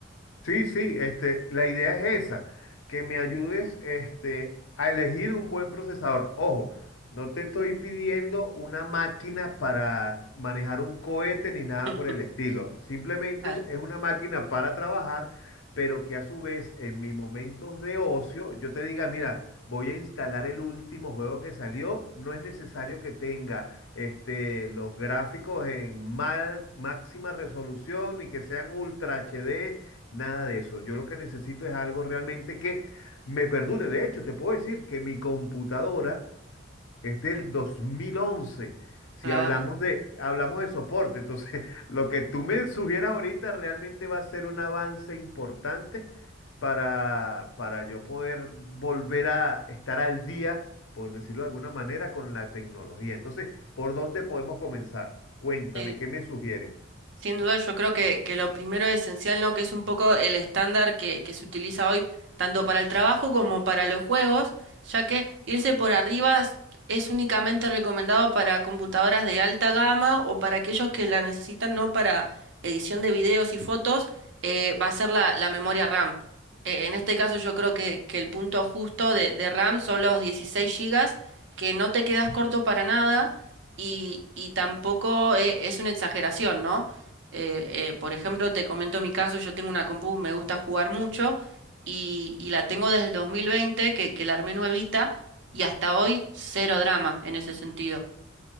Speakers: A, on the left (about 80°); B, on the right (about 65°).
A: Sí, sí, este, la idea es esa, que me ayudes este, a elegir un buen procesador. Ojo, no te estoy pidiendo una máquina para manejar un cohete ni nada
B: <laughs>
A: por el estilo. Simplemente
B: Claro,
A: es una máquina para trabajar, pero que a su vez en mis momentos de ocio yo te diga, mira, voy a instalar el último juego que salió. No es necesario que tenga este, los gráficos en ma- máxima resolución ni que sean ultra HD Nada de eso. Yo lo que necesito es algo realmente que me perdure. De hecho, te puedo decir que mi computadora es del 2011. Si
B: claro,
A: hablamos de, hablamos de soporte, entonces <laughs> lo que tú me sugieras ahorita realmente va a ser un avance importante para, para yo poder volver a estar al día, por decirlo de alguna manera, con la tecnología. Entonces, ¿por dónde podemos comenzar? Cuéntame,
B: sí.
A: ¿qué me sugieres?
B: Sin duda, yo creo que, que lo primero esencial, ¿no? Que es un poco el estándar que, que se utiliza hoy, tanto para el trabajo como para los juegos, ya que irse por arriba es es únicamente recomendado para computadoras de alta gama o para aquellos que la necesitan, ¿no? Para edición de videos y fotos, eh, va a ser la, la memoria RAM. Eh, en este caso, yo creo que, que el punto justo de, de RAM son los 16 gigas, que no te quedas corto para nada y, y tampoco eh, es una exageración, ¿no? Eh, eh, por ejemplo, te comento mi caso, yo tengo una compu, me gusta jugar mucho y, y la tengo desde el 2020, que, que la armé nuevita y hasta hoy cero drama en ese sentido.